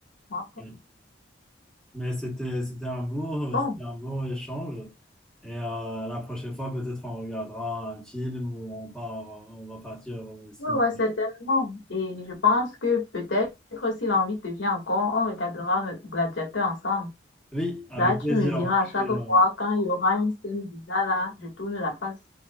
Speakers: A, on the left; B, in the centre.
A: Ok.
B: oui. Mais c'était, c'était un beau,
A: Bon.
B: c'était un beau échange. Et euh, la prochaine fois, peut-être on regardera un film ou on part, on va partir au cinéma.
A: Oui, ouais, ouais, certainement. Et je pense que peut-être si l'envie te vient encore, on regardera Gladiateur ensemble.
B: Oui, avec
A: Là, tu
B: plaisir.
A: me diras
B: Je
A: à chaque
B: suis, euh,
A: fois quand il y aura une scène bizarre là, je tourne la face.